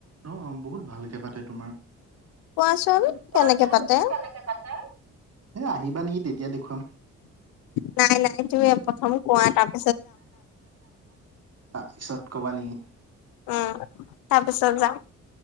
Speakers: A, on the right; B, on the left.
A: অঁ অঁ বহুত ভালকৈ পাতে তোমাৰ
B: কোৱাচোন
A: কোৱাচোন
B: কেনেকে পাতে
A: কেনেকে পাতে? এ আহিবা নেকি তেতিয়া দেখুৱাম
B: নাই নাই তুমি এপথম কোৱা তাৰপ
A: তাৰ পিছত কবা নেকি
B: উম তাৰপিছত যাম